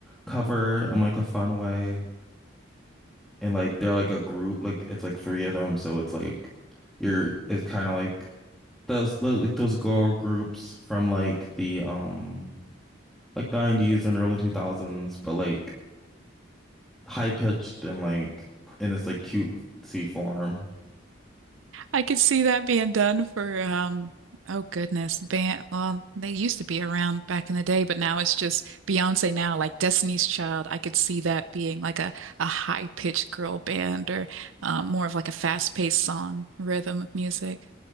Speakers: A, in the centre; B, on the right.
A: cover in like a fun way. And like they're like a group, like it's like three of them, so it's like you're it's kind of like those those- like those girl groups from like the um like 90s and early 2000s, but like high pitched and like in this like cute C form.
B: I could see that being done for um oh goodness, band well, they used to be around back in the day, but now it's just Beyonce now, like Destiny's Child. I could see that being like a, a high-pitched girl band or um, more of like a fast-paced song, rhythm of music.